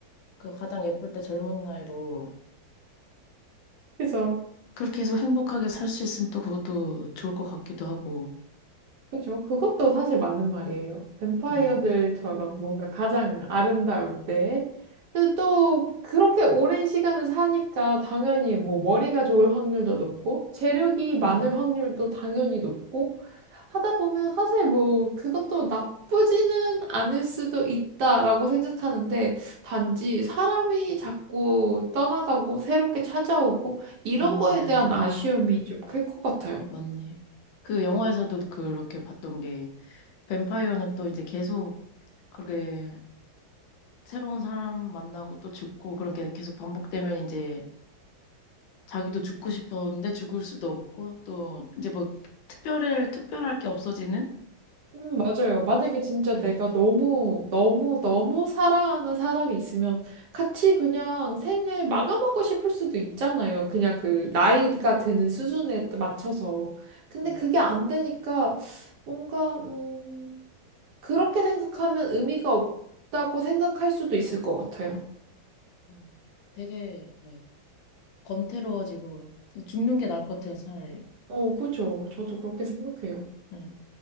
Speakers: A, on the left (about 75°); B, on the right (about 70°).
A: 그 가장 예쁠 때 젊은 나이로
B: 그죠?
A: 그렇게 해서 행복하게 살 수 있으면 또 그것도 좋을 것 같기도 하고.
B: 그죠? 그것도 사실 맞는 말이에요. 뱀파이어들처럼
A: 네.
B: 뭔가 가장 아름다울 때. 근데 또 그렇게 오랜 시간을 사니까 당연히 뭐 머리가 좋을 확률도 높고 재력이 많을
A: 네.
B: 확률도 당연히 높고 하다 보면 사실 뭐 그것도 나쁘지는 않을 수도 있다라고 생각하는데 단지 사람이 자꾸 떠나가고 새롭게 찾아오고 이런
A: 아, 맞아요.
B: 거에 대한 아쉬움이 좀 클 것 같아요.
A: 맞네. 그 영화에서도 그렇게 봤던 게 뱀파이어는 또 이제 계속 그렇게 새로운 사람 만나고 또 죽고 그런 게 계속 반복되면 이제 자기도 죽고 싶었는데 죽을 수도 없고 또 이제 뭐 특별할 특별할 게 없어지는
B: 음, 맞아요. 만약에 진짜
A: 예,
B: 내가 너무, 너무, 너무 사랑하는 사람이 있으면 같이 그냥 생을 마감하고 싶을 수도 있잖아요. 그냥 그
A: 예,
B: 나이가 드는 수준에 따- 맞춰서. 근데
A: 또,
B: 그게 안 되니까 뭔가, 음, 그렇게 생각하면 의미가 없다고 생각할 수도 있을 것 같아요.
A: 음, 되게, 예, 건태로워지고, 되게 죽는 게 나을 것 같아요, 차라리.
B: 어, 그죠. 저도 그렇게 생각해요.
A: 예,